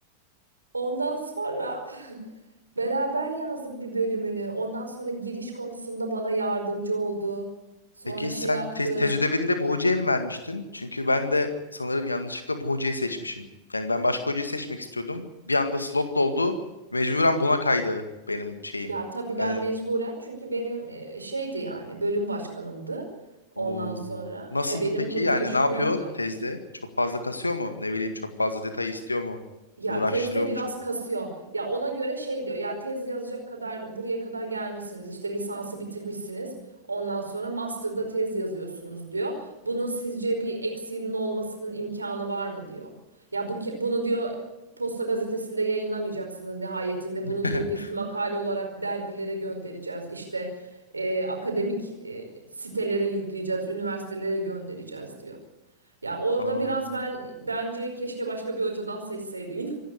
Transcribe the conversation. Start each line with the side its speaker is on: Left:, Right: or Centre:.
Right: Ondan sonra <laughs> beraber yazdık bir bölümünü. Ondan sonra giriş konusunda bana yardımcı oldu. Sonra
Left: Peki
Right: şey
Left: sen
Right: yaptı.
Left: te tecrübeni de bu hocaya mı vermiştin? Çünkü ben de sanırım yanlışlıkla bu hocayı seçmişim. Yani ben başka hocayı seçmek istiyordum. Bir anda slot doldu. Mecburen buna kaydı benim şeyim.
Right: Ya tabii ben
Left: Yani
Right: mecburen çünkü benim e, şeydi yani bölüm başkanımdı. Ondan
Left: Oo.
Right: sonra
Left: Nasıldı
Right: e, benim
Left: peki?
Right: kurtuluşum
Left: Yani ne yapıyor
Right: yoktu.
Left: tezde? Çok fazla kasıyor mu? Ne bileyim çok fazla detay istiyor mu?
Right: Ya
Left: Uğraştırıyor
Right: tezde biraz
Left: mu çok?
Right: kasıyor. Ya ona göre şey diyor. Ya tez yazacak kadar buraya kadar gelmişsiniz. işte lisansı bitirmişsiniz. Ondan sonra master'da tez yazıyorsunuz diyor. Bunun sizce bir eksiğinin olmasının imkanı var mı diyor. Ya bu ke- bunu diyor Posta gazetesinde yayınlamayacaksınız nihayetinde.
Left: <laughs>
Right: Bunu diyor biz makale olarak dergilere göndereceğiz. İşte e, akademik e, sitelere yükleyeceğiz, üniversitelere göndereceğiz diyor. Ya orada
Left: Aa.
Right: biraz ben bence keşke başka bir hocadan seçseydin.